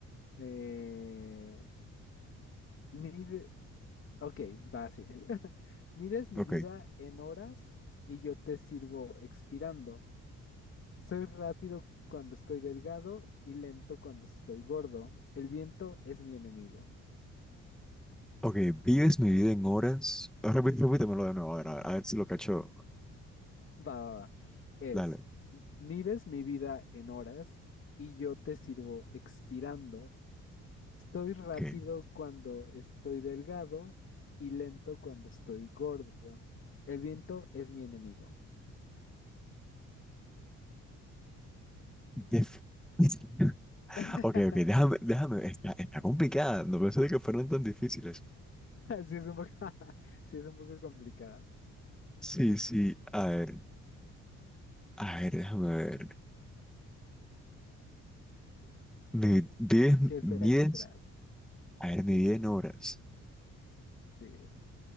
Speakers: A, on the left (about 45°); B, in the centre.
A: Eh, mide- Ok, va así. <laughs> Mides mi
B: Ok.
A: vida en horas y yo te sirvo expirando. Soy rápido cuando estoy delgado y lento cuando estoy gordo. El viento es mi enemigo.
B: Ok, vives mi vida en horas. Ah, Repí- Repítemelo de nuevo, a ver, a ver, a ver si lo cacho.
A: Va, va, va. Es,
B: Dale.
A: m- mides mi vida en horas y yo te sirvo expirando. Soy rápido
B: Ok.
A: cuando estoy delgado y lento cuando estoy gordo. El viento es mi enemigo.
B: Def- <laughs>
A: <laughs>
B: Ok, ok, déjame, déjame. Está, está complicada. No pensé que fueran tan difíciles.
A: Sí, es un poco, <laughs> sí, es un poco complicada.
B: Sí, sí. A ver. A ver, déjame ver. Mi 10,
A: ¿Qué
B: 10,
A: será? ¿Qué será?
B: a ver,
A: Sí,
B: mi vida
A: sí,
B: en
A: sí.
B: horas.
A: sí.